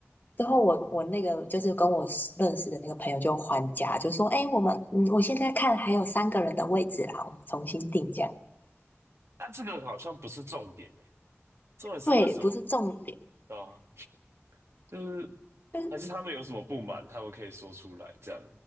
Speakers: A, on the left (about 40°); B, on the right (about 70°).
A: 之后我我那个就是跟我认识的那个朋友就还价，就说哎，我们嗯，我现在看还有三个人的位置啦，我们重新订这样。
B: 但这个好像不是重点诶，重点是为什么？
A: 对，不是重点，
B: 对啊，就是
A: 就是
B: 还是他们有什么不满，他们可以说出来，这样